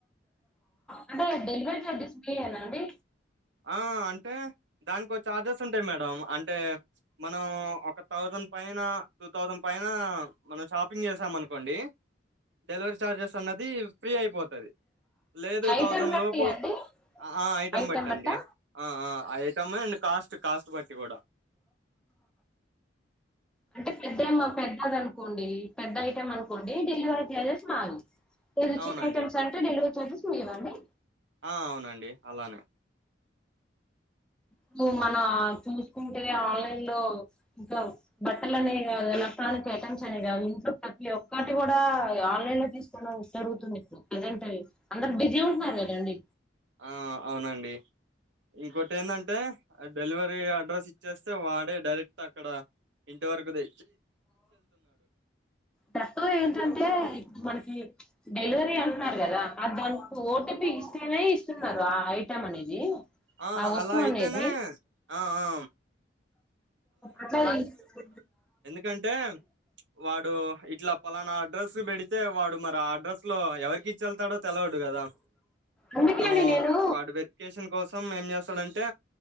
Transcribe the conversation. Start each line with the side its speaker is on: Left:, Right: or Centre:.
Centre: అంటే డెలివరీ చార్జెస్ ఫ్రీ యేనా అండి
Right: ఆ అంటే దానికో చార్జెస్ ఉంటాయి మేడం అంటే మనం ఒక థౌసండ్ పైన టూ థౌసండ్ పైన మనం షాపింగ్ చేసాం అనుకోండి డెలివరీ చార్జెస్ అన్నది ఫ్రీ అయిపోతాది లేదు
Centre: ఐటెం
Right: థౌసండ్
Centre: బట్టి
Right: లోపు
Centre: అండి
Right: ఆ ఐటమ్
Centre: ఐటెం
Right: బట్టి
Centre: బట్టా
Right: ఆ ఆ ఐటెమ్మె అండ్ కాస్ట్ కాస్ట్ బట్టి కూడా
Centre: అంటే పెద్ద పెద్దది అనుకోండి పెద్ద ఐటెమ్ అనుకోండి డెలివరీ చార్జస్ మారవు లేదు
Right: అవునండి
Centre: చిన్న ఐటమ్స్ అంటే డెలిరీ ర్జెస్ మీవా అండి
Right: ఆ అవునండి అలానే
Centre: ఇప్పుడు మన చూసుకుంటే ఆన్లైన్ లో ఇంకా బట్టలు అనేవి కాదు ఎలక్ట్రానిక్ ఐటమ్స్ అనే కాదు ఇంట్లో ప్రతి ఒక్కటి కూడా ఆన్లైన్ లో తీసుకోవడం జరుగుతుంది ఇప్పుడు ప్రజెంట్ అందరు బిజీ ఉంటున్నారు కదండి
Right: ఆ అవునండి ఇంకోటి ఏందంటే డెలివరీ అడ్రస్ ఇచ్చేస్తే వాడే డైరెక్ట్ అక్కడ ఇంటివరకు దె
Centre: దట్ ఏంటంటే ఇప్పుడు మనకి డెలివరీ అంటున్నారు కదా అ దానికి ఓటీపీ ఇస్తేనే ఇస్తున్నారు ఆ ఐటెం అనేది
Right: ఆ
Centre: వస్తువు
Right: అలా అయితేనే
Centre: అనేది
Right: ఆ ఆ
Centre: అట్ల తీసుకు
Right: కంటే వాడు ఇట్లా పలానా అడ్రస్ పెడితే వాడు మరి ఆ అడ్రస్ లో ఎవరికిచ్చి ఎళ్తాడో తెలవడు కదా
Centre: అందుకే
Right: ఇప్పుడు
Centre: అండి నేను
Right: వాడు వెరిఫికేషన్ మీ కోసం మేము చేస్తాడంటే